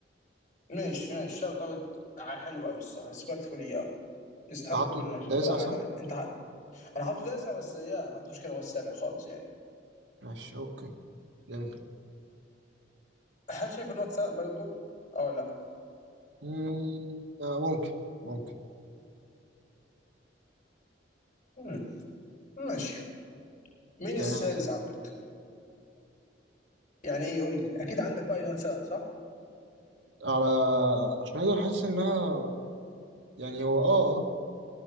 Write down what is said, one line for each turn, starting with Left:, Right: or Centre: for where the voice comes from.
Left: ماشي ماشي شوت اوت حلو قوي الصراحه ريسبكتفول اياه يستحق
Right: تعطوا
Left: يكون في
Right: التاسع
Left: مرتبه اعلى
Right: صح؟
Left: من انت ح... انا حاطه تاسع بس اياه ما عنديش مشكله هو السابع خالص يعني
Right: ماشي اوكي جميل
Left: هل شايف ان هو اتسرق بالون دور؟ اه لا
Right: مم، آه، ممكن ممكن
Left: مم. ماشي مين
Right: يعني
Left: السادس
Right: حسن.
Left: عندك؟ يعني ايه قول لي اكيد عندك راي ان هو اتسرق صح؟
Right: على شنايدر حاسس انها يعني هو اه آه،